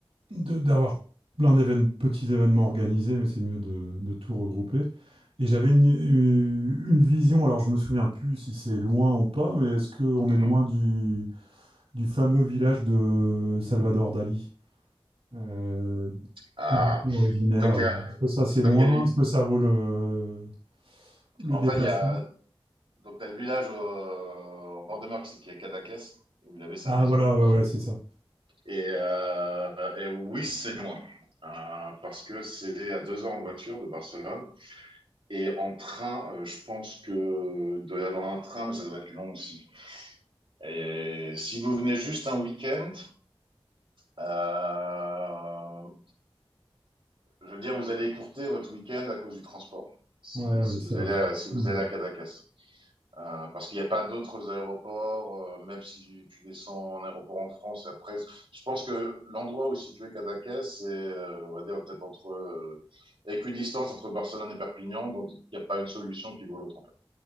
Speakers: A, on the right; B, on the right.
A: de- d'avoir plein d'événements, petits événements organisés, mais c'est mieux de, de tout regrouper. Et j'avais une, une vision, alors je me souviens plus si c'est loin ou pas, mais est-ce qu'on
B: Mhm.
A: est loin du, du fameux village de Salvador Dali, euh,
B: Ah,
A: d'où il est originaire?
B: donc il y a,
A: Est-ce que ça c'est
B: donc
A: loin?
B: il y a, eu-
A: Est-ce que ça vaut le, le
B: en
A: déplacement?
B: fait, il y a, donc t'as le village euh, en bord de mer qui est Cadaqués, où il avait sa
A: Ah
B: maison.
A: voilà, ouais, ouais, c'est ça.
B: Et, euh, et oui, c'est loin. Euh, parce que c'est à deux heures en voiture de Barcelone. Et en train, euh, je pense que il doit y avoir un train, mais ça doit être long aussi. Et si vous venez juste un week-end, euh, je veux dire, vous allez écourter votre week-end à cause du transport. Si,
A: Ouais, ouais,
B: si
A: c'est
B: vous
A: vrai.
B: allez à, si vous
A: Mhm.
B: allez à Cadaqués. Euh, parce qu'il n'y a pas d'autres aéroports, euh, même si tu descends en aéroport en France et après, je pense que l'endroit où situé Cadaqués, c'est, euh, on va dire, peut-être entre, euh, équidistance entre Barcelone et Perpignan, donc il n'y a pas une solution qui vaut l'autre, en fait.